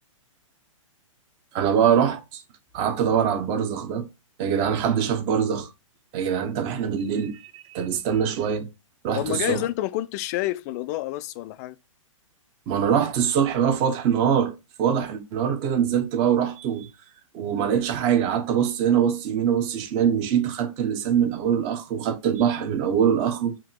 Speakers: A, on the right; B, on the left.
A: أنا بقى رحت قعدت أدور على البرزخ ده يا جدعان حد شاف برزخ يا جدعان طب إحنا بالليل طب استنى شوية رحت
B: طب ما
A: الصبح
B: جايز انت ما كنتش شايف من الإضاءة بس ولا حاجة
A: ما انا رحت الصبح بقى في وضح النهار في وضح النهار كده نزلت بقى ورحت و... وما لقيتش حاجه قعدت ابص هنا ابص يمين ابص شمال مشيت اخدت اللسان من اوله لاخره وخدت البحر من اوله لاخره